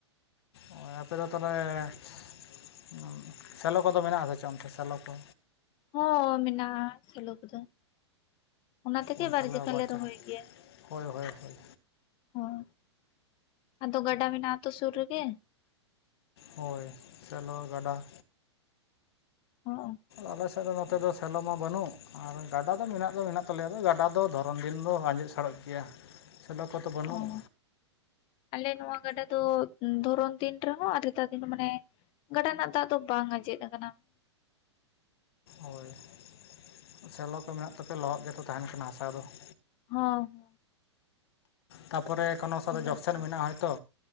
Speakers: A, on the left; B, on the left.
A: ᱦᱳᱭ ᱟᱯᱮ ᱫᱚ ᱛᱚᱵᱮ <inaudible> ᱥᱮᱞᱚ ᱠᱚᱫᱚ ᱢᱮᱱᱟᱜ-ᱟ ᱥᱮ ᱪᱮᱫ ᱚᱱᱛᱮ ᱥᱮᱞᱚ ᱠᱚ?
B: ᱦᱚᱸ ᱢᱮᱱᱟᱜ-ᱟ ᱥᱮᱞᱳ ᱠᱚᱫᱚ ᱾ ᱚᱱᱟ ᱛᱮᱜᱮ
A: ᱳᱭ
B: ᱵᱟᱨ
A: ᱛᱟᱦᱚᱞᱮ
B: ᱡᱮᱠᱷᱟ
A: ᱟᱵᱟᱨ
B: ᱞᱮ ᱨᱚᱦᱚᱭ ᱜᱮᱭᱟ ᱾ <inaudible>
A: ᱦᱳᱭ ᱦᱳᱭ ᱦᱳᱭ
B: ᱦᱳᱭ ᱾ <inaudible> ᱟᱫᱚ ᱜᱟᱰᱟ ᱢᱮᱱᱟᱜ-ᱟ ᱛᱚ ᱥᱩᱨ ᱨᱮᱜᱮ ᱾
A: ᱦᱳᱭ ᱥᱮᱞᱳ ᱜᱟᱰᱟ
B: ᱦᱚᱸᱜ-ᱚ ᱾
A: ᱟᱞᱮᱥᱮᱫ ᱫᱚ ᱱᱚᱛᱮ ᱫᱚ ᱥᱮᱞᱚ ᱢᱟ ᱵᱟᱱᱩᱜ ᱾ ᱟᱨ ᱜᱟᱰᱟ ᱫᱚ ᱢᱮᱱᱟᱜ ᱫᱚ ᱢᱮᱱᱟᱜ ᱛᱟᱞᱮᱭᱟ ᱫᱚ ᱜᱟᱰᱟ ᱫᱚ ᱫᱷᱚᱨᱚᱱ ᱫᱤᱱ ᱫᱚ ᱟᱸᱡᱮᱫ ᱥᱟᱲᱚᱜ ᱜᱮᱭᱟ ᱾ ᱛᱚᱞᱟ ᱠᱚᱛᱚ ᱵᱟᱹᱱᱩᱜ
B: ᱚ ᱟᱞᱮ ᱱᱚᱣᱟ ᱜᱟᱰᱟ ᱫᱚ ᱫᱷᱚᱨᱚᱱ ᱫᱤᱱ ᱨᱮᱦᱚᱸ ᱟᱨ ᱱᱮᱛᱟᱨ ᱫᱤᱱ ᱦᱚᱸ ᱢᱟᱱᱮ ᱜᱟᱰᱟ ᱨᱮᱱᱟᱜ ᱫᱟᱜ ᱫᱚ ᱵᱟᱝ ᱟᱡᱮᱫ ᱟᱠᱟᱱᱟ ᱾
A: ᱦᱳᱭ <inaudible> ᱥᱮᱞᱚ ᱠᱚ ᱢᱮᱱᱟᱜ ᱛᱟᱯᱮ ᱞᱚᱦᱚᱫ ᱜᱮᱛᱚ ᱛᱟᱦᱮᱱ ᱠᱟᱱᱟ ᱦᱟᱥᱟ ᱫᱚ ᱾
B: ᱦᱚᱸ ᱾
A: ᱛᱟᱯᱚᱨᱮ ᱠᱳᱱᱳ ᱥᱟᱫᱟ
B: ᱚᱱᱟ
A: ᱡᱚᱠᱥᱮᱱ
B: ᱛᱮᱜᱮ
A: ᱢᱮᱱᱟᱜ-ᱟ ᱦᱚᱭᱛᱚ